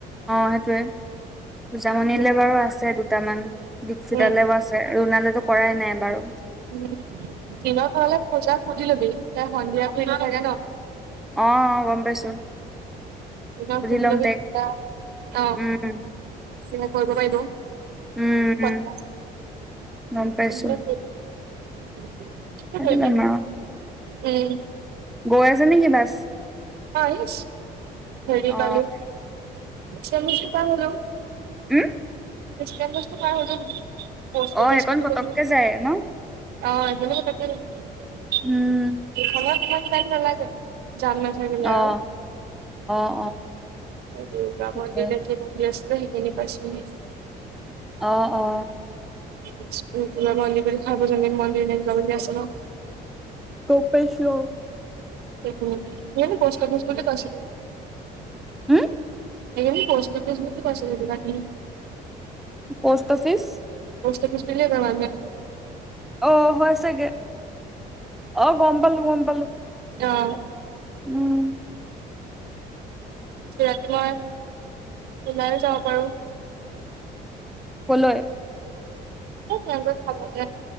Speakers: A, in the centre; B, on the right (about 70°).
A: অ সেইটোৱে পূজামণিলে
B: উম
A: বাৰু আছে দুটামান দীক্ষিতালেও
B: উম
A: আছে। লোণালে টো কৰাই নাই এবাৰো।
B: উম, দিনত হলে পূজাক সুধি লবি, তাই সন্ধিয়া ফ্ৰি থাকে ন।
A: অ অ গম পাইছো।
B: পুজাক সুধি
A: ল'ম
B: লবি
A: তাইক
B: তেতিয়া অ তেতিয়া
A: উম
B: কৰিব পাৰিব।
A: উম উম।
B: কথা
A: গম পাইছো
B: উম।
A: পাতি ল'ম আৰু গৈ আছে নেকি বাছ?
B: হয় মিচ্ হেৰি
A: অ
B: পালো চেমিজ টো পাৰ হলো।
A: উম।
B: মিছ চেমিজ টো পাৰ হলো বোলো, পোষ্ট
A: অ
B: অফিচ
A: এইকণ
B: পালোঁহি
A: পতককে যায় ন
B: - অ এনেক তাতে নেকি? ধলা
A: উম
B: পালে ইমান টাইম নালাগে ্ যাম নাথাকিলে
A: অ
B: আৰু।
A: অ।
B: দুৰ্গা
A: সেইটোৱে
B: মন্দিৰ নে কি মন্দিৰ আছিলে সেইখিনি পাইছোঁহি।
A: অ অ।
B: ইস্পিংতোলা মন্দিৰ বুলি সাৰ্বজনীন মন্দিৰ নে কি কয় বুলি আছ ন।
A: গম পাইছো
B: সেইখিনি, কিয় নো পষ্ট অফিচ বুলি কৈছিলো।
A: হম।
B: সেইখিনি পোষ্ট অফিছ বুলি কয় চাগে জেগা খিনি।
A: Post office.
B: পোষ্ট অফিচ বুলিয়ে কয় মানুহে।
A: অ হয় চাগে, অ গম পালো গম পালো।
B: অ
A: উম
B: ৰাতি মই ওলাইয়ো যাব পাৰোঁ।
A: কলৈ
B: এ <unintelligible> খাবলে